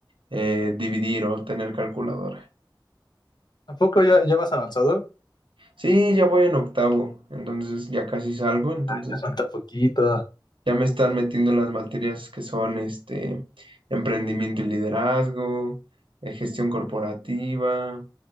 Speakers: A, on the right; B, on the left.
A: eh, dividir o tener calculadora.
B: ¿A poco ya, ya vas avanzado?
A: Sí, ya voy en octavo, entonces ya casi salgo, entonces
B: Ya falta poquito.
A: ya me están metiendo las materias que son este emprendimiento y liderazgo, eh, gestión corporativa,